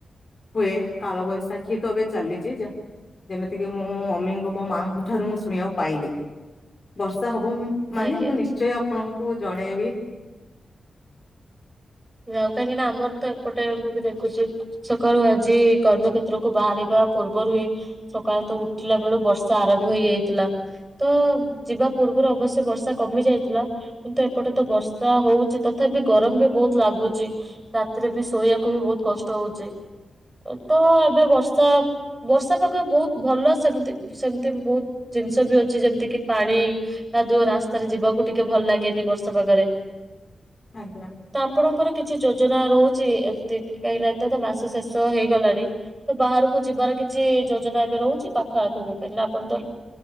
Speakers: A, on the left; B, on the right.
A: ହୁଏ କାଳ ବଇଶାଖିତ ଏବେ ଚାଲିଚି ଯା ଯେମିତିକି ମୁଁ ମମମିଙ୍କୁ ମୋ ମାଆଙ୍କ ଠାରୁ ମୁଁ ଶୁଣିବାକୁ ପାଇଲି ବର୍ଷା ହବ ମୁ ମାନେ
B: ଆଜ୍ଞା
A: ମୁଁ ନିଶ୍ଚୟ ଆପଣଙ୍କୁ ଜଣେଇବି।
B: ଅ କାହିଁକି ନା ଆମର ତ ଏପଟେ ମୁଁ ବି ଦେଖୁଛି ସକାଳୁ ଆଜି କର୍ମକ୍ଷେତ୍ରୁ ବାହାରିବା ପୂର୍ବରୁ ହିଁ ସକାଳ ତ ଉଠିଲା ବେଳୁ ବର୍ଷା ଆରମ୍ଭ ହେଇଯାଇଥିଲା ତ ଯିବା ପୁର୍ବ ପୁର୍ବରୁ ଅବଶ୍ୟ ବର୍ଷା କମି ଯାଇଥିଲା କିନ୍ତୁ ଏପଟେ ତ ବର୍ଷା ହଉଛି ତଥାପି ଗରମ ବି ବହୁତ ଲାଗୁଚି ରାତିରେ ବି ଶୋଇବାକୁ ବି ବହୁତ କଷ୍ଟ ହଉଚି। ତ ଏବେ ବର୍ଷା ବର୍ଷା ପାଗ ବହୁତ ଭଲ ସେମିତି ସେମିତି ବହୁତ ଜିନିଷ ବି ଅଛି ଯେମିତି କିି ପାଣି କାଦୁଅ ରାସ୍ତାରେ ଯିବାକୁ ଟିକେ ଭଲ ଲାଗେନି ବର୍ଷା ପାାଗରେ।
A: ଆଜ୍ଞା।
B: ତ ଆପଣଙ୍କର କିଛି ଯୋଜନା ରହୁଚି ଏମିତି କାହିଁକି ନା ଏଥର ତ ମାସ ଶେଷ ହେଇଗଲାଣି ତ ବାହାରକୁ ଯିବାର କିଛି ଯୋଜନା ଏବେ ରହୁଛି ପାଖ ଆଖ ବି କାହିଁକି ନା ଆପଣ ତ